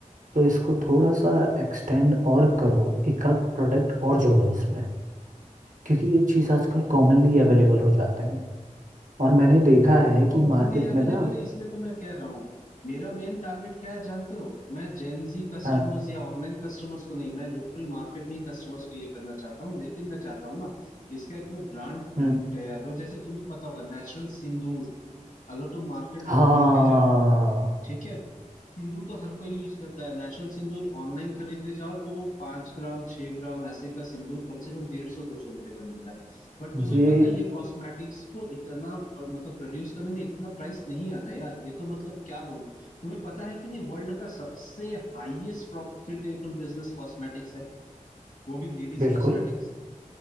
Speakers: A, on the right; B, on the left.
A: तो इसको थोड़ा सा एक्सटेंड और करो एक आध प्रोडक्ट और जोड़ो इसमें क्योंकि ये चीज़ आजकल कॉमनली अवेलेबल हो जाते हैं और मैंने देखा
B: हाँ
A: है
B: तो कॉमनली
A: कि मार्केट
B: अवेलेबल
A: में ना
B: है इसलिए तो मैं कह रहा हूँ मेरा मेन टारगेट क्या है जानते हो मैं जेनजी कस्टमर्स
A: हाँ
B: या ऑनलाइन कस्टमर्स को नहीं मैं लोकल मार्केट में ही कस्टमर्स को ये करना चाहता हूँ लेकिन मैं चाहता हूँ ना इसका एक मैं ब्रांड
A: हम्म,
B: तैयार करूँ जैसे तुम्हें पता होगा नेचुरल सिंदूर अगर तुम मार्केट में
A: हाँ
B: खरीदने जाओ ठीक है सिंदूर तो हर कोई यूज करता है नेचुरल सिंदूर ऑनलाइन खरीदने जाओ तो पांच ग्राम छह ग्राम ऐसे का सिंदूर कम से कम डेढ़ सौ दो सौ रुपए का मिलता है बट तुम्हें
A: ये
B: पता है ये कॉस्मेटिक्स को इतना अ, मतलब प्रोड्यूस करने में इतना प्राइस नहीं आता यार ये तो मतलब क्या बोलूं तुम्हें पता है कि नहीं वर्ल्ड का सबसे हाईएस्ट प्रॉफिटेबल बिजनेस कॉस्मेटिक्स है वो भी लेडीज
A: बिल्कुल
B: कॉस्मेटिक्स